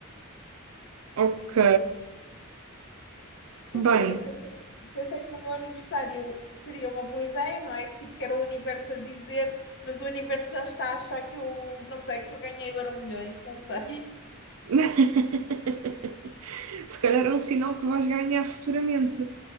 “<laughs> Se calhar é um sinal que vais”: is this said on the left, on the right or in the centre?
Right